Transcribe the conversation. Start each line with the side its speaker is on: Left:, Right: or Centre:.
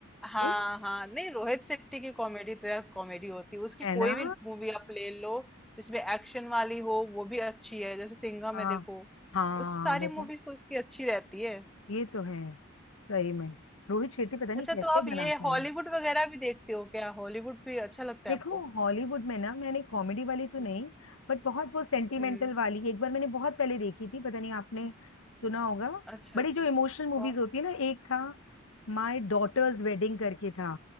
Centre: हाँ
Left: नहीं
Centre: हाँ नहीं रोहित शेट्टी की कॉमेडी तो यार कॉमेडी होती है उसकी
Left: है
Centre: कोई
Left: ना
Centre: भी मूवी आप ले लो जिसमें एक्शन वाली हो वो भी अच्छी है जैसे सिंघम
Left: हाँ
Centre: में देखो
Left: हाँ
Centre: उस सारी
Left: बता
Centre: मूवीज तो उसकी अच्छी रहती है
Left: ये तो है सही में रोहित शेट्टी पता नहीं
Centre: अच्छा
Left: कैसे
Centre: तो आप ये
Left: बनाता
Centre: हॉलीवुड
Left: है
Centre: वगैरह भी देखते हो क्या हॉलीवुड भी अच्छा लगता
Left: देखो
Centre: है आपको
Left: हॉलीवुड में ना मैंने कॉमेडी वाली तो नहीं
Centre: हम्म
Left: बट बहुत वो सेंटिमेंटल
Centre: हम्म,
Left: वाली एक बार मैंने बहुत पहले देखी थी पता नहीं आपने सुना होगा
Centre: अच्छा
Left: बड़ी
Centre: अच्छा
Left: जो इमोशनल मूवीज
Centre: कौन
Left: होती है ना एक था माय डॉटर्स वेडिंग करके था